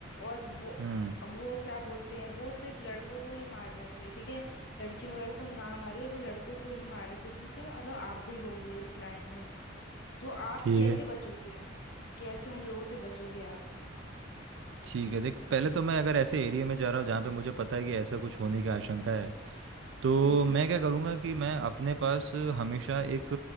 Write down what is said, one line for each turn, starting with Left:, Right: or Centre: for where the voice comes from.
Left: और वो
Right: हम्म
Left: वो क्या बोलते हैं वो सिर्फ लड़कों को ही मार रहे थे ठीक है लड़कियों वगैरह को ना मारे वो लड़कों को ही मारे जिसमें से मतलब आप भी हो गए उस लाइन में तो आप
Right: ठीक
Left: कैसे
Right: है
Left: बचोगे कैसे उन लोगों से बचोगे आप
Right: ठीक है देख पहले तो मैं अगर ऐसे एरिया में जा रहा हूँ जहाँ पे मुझे पता है कि ऐसा कुछ होने की आशंका है तो
Left: हम्म
Right: मैं क्या करूँगा कि मैं अपने पास हमेशा एक